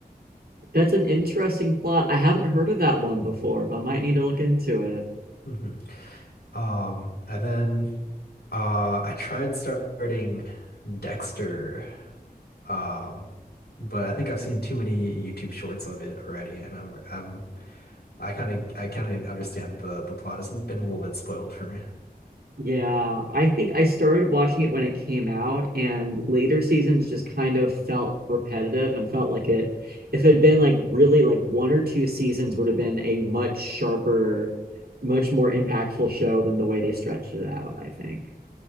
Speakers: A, on the right (about 70°); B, on the left (about 80°).
A: That's an interesting plot. I haven't heard of that one before, but I might need to look into it.
B: hmm Um, and then uh, I tried starting Dexter, um, but I think I've seen too many YouTube shorts of it already, and I'm I'm I kind of I kind of understand the the plot has been a little bit spoiled for me.
A: Yeah, I think I started watching it when it came out, and later seasons just kind of felt repetitive and felt like it, if it had been like really like one or two seasons, would have been a much sharper, much more impactful show than the way they stretched it out, I think.